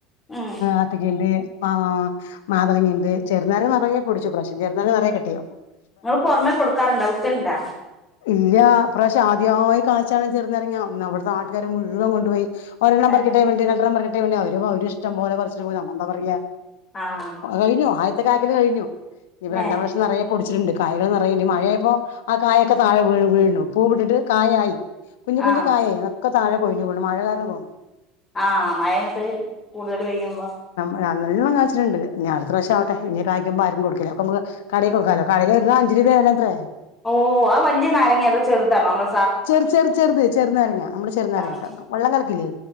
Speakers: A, on the left (about 25°); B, on the left (about 80°).
A: ഉം
B: ആത്തക്കയിണ്ട് മാ മാതളങ്ങ ഇണ്ട് ചെറുനാരങ്ങ നിറയെ പിടിച്ചു ഇപ്രാവിശ്യം ചെറുനാരങ്ങ നിറയെ കിട്ടി
A: നിങ്ങള് പുറമെ കൊടുക്കാറുണ്ടാ വിക്കലുണ്ടാ
B: ഇല്ല ഇപ്രാവിശ്യം ആദ്യമായി കായ്ച്ചാണത് ചെറുനാരങ്ങ അവിടുത്തെ നാട്ടുകാരെ മുഴുവൻ കൊണ്ട് പോയി ഒരെണ്ണം പറിക്കട്ടെ
A: ഏഹ്
B: രണ്ടെട്ടണം പറക്കട്ടെ അവര് അവര് ഇഷ്ടം പോലെ പറിച്ചിട്ടു പോയി നമ്മ എന്താ പറയാ
A: ആഹ്
B: കഴിഞ്ഞു ആദ്യത്തെ കായ്കിൽ കഴിഞ്ഞു ഇനിപ്പോ രണ്ടാം
A: ഏഹ്
B: വർഷം നിറയ പൊടിച്ചിട്ടുണ്ട് കായകൾ നിറയെ ഇനി മഴയായപ്പോ ആ കായൊക്കെ താഴെ വീണു വീണു പൂവിട്ടിട്ട് കായായി കുഞ്ഞ് കുഞ്ഞ്
A: ആഹ്
B: കായായി അതൊക്കെ താഴെ കൊഴിഞ്ഞുവീണു മഴ കാരണാ തോന്നുണു
A: ആഹ് മഴ അങ്ങട്ട് കൂടുതൽ പെയ്യുമ്പോ
B: അ നല്ലണം കായിച്ചിട്ടുണ്ട് ഇനി അടുത്ത പ്രശം ആവട്ടെ ഇനി കായക്കുമ്പം ആർക്കും കൊടുക്കില്ല അപ്പോ നമക്ക് കടയി കൊടുക്കാലോ കടയിൽ ഒരെണ്ണം അഞ്ച് രൂപ വേലത്രേ
A: ഓ ആ വല്യ നാരങ്ങയാ അത് ചെറുതാണോ അ
B: ചെറ് ചെറ് ചെറ്ത് ചെർ നാരങ്ങാ നമ്മള് ചെർ നാരങ്ങാ
A: ആഹ്
B: വെള്ളം കലക്കില്ലേ